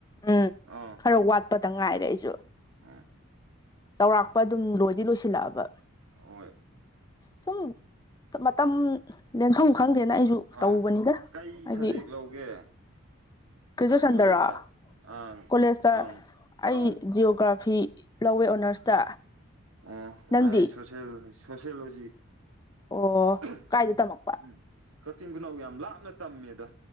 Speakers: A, on the left; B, on the right.
A: ꯎꯝ
B: ꯑꯥ
A: ꯈꯔ ꯋꯥꯠ ꯈꯤꯇꯪ ꯉꯥꯏꯔꯦ ꯑꯩꯁꯨ
B: <unintelligible>
A: ꯆꯥꯎꯔꯥꯛꯄ ꯑꯗꯨꯝ ꯂꯣꯏꯗꯤ ꯂꯣꯏꯁꯤꯜꯂꯛꯑꯕ
B: ꯍꯣꯏ
A: ꯁꯨꯝ ꯃꯇꯝ ꯂꯦꯟꯐꯝ ꯈꯪꯗꯦꯅꯥ ꯑꯩꯖꯨ
B: ꯑꯥ
A: ꯇꯧꯕꯅꯤꯗ
B: ꯀꯩ
A: ꯍꯥꯏꯗꯤ
B: ꯁꯕꯖꯦꯛ ꯂꯧꯒꯦ
A: ꯒ꯭ꯔꯦꯖꯨꯑꯦꯁꯟꯗꯔꫭ
B: ꯀꯣꯂꯦꯖꯇ ꯑꯪ
A: ꯀꯣꯂꯦꯖꯇꯥ
B: ꯑꯪ
A: ꯑꯩ
B: ꯑꯪ
A: ꯖꯤꯑꯣꯒ꯭ꯔꯥꯐꯤ ꯂꯧꯋꯦ ꯑꯣꯅꯔꯁꯇ
B: ꯑꯣ
A: ꯅꯪꯗꯤ
B: ꯑꯩ ꯁꯣꯁꯤꯑꯦꯜ ꯁꯣꯁꯤꯑꯣꯂꯣꯖꯤ
A: ꯑꯣ
B: <unintelligible>
A: ꯀꯥꯏꯗ ꯇꯝꯃꯛꯄ
B: ꯎꯝ ꯀꯛꯆꯤꯡ ꯈꯨꯅꯧ ꯌꯥꯝ ꯂꯥꯞꯅ ꯇꯝꯃꯦꯗꯥ